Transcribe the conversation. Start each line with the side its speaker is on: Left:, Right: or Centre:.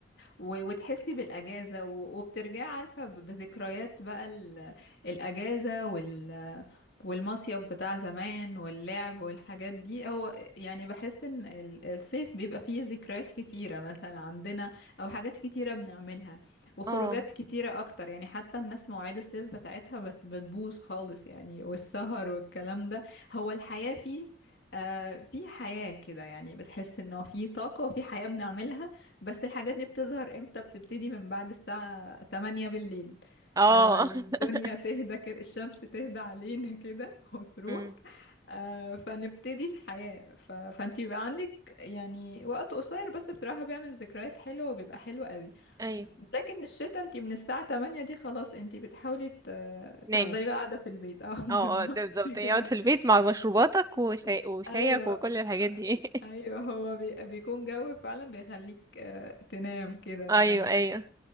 Left: و- وتحسي بالأجازة و- وبترجعي عارفة ب- بذكريات بقى ال- الأجازة وال والمصيف بتاع زمان واللعب والحاجات دي هو يعني بحس ان ال- الصيف بيبقى فيه ذكريات كتيرة مثلا عندنا او حاجات كتيرة بنعملها وخروجات
Right: اه
Left: كتيرة اكتر يعني حتى الناس مواعيد الصيف بتاعتها بت- بتبوظ خالص يعني والسهر والكلام ده هو الحياة فيه آه في حياة كده يعني بتحس انه في طاقة وفي حياة بنعملها بس الحاجات دي بتظهر امتى بتبتدي من بعد الساعة 8 بالليل
Right: اه
Left: على ما الدنيا
Right: <laughs>
Left: تهدى كده الشمس تهدى علينا كده <laughs> وتروح
Right: امم
Left: آه فنبتدي الحياة ف... فانت بيبقى عندك يعني وقت قصير بس بصراحة بيعمل ذكريات حلوة وبيبقى حلو قوي
Right: ايوه
Left: لكن الشتا انت من الساعة 8 دي خلاص انت بتحاولي ت...
Right: نامي
Left: تفضلي بقى قاعدة في البيت اه <laughs>
Right: اه
Left: بالظبط
Right: اه ده بالظبط يقعد
Left: كده
Right: في البيت مع مشروباتك وشاي وشايك
Left: ايوه
Right: وكل الحاجات دي
Left: ايوه هو بي... بيكون جو فعلا بيخليك آه، تنام
Right: <laughs>
Left: كده يعني
Right: ايوه ايوه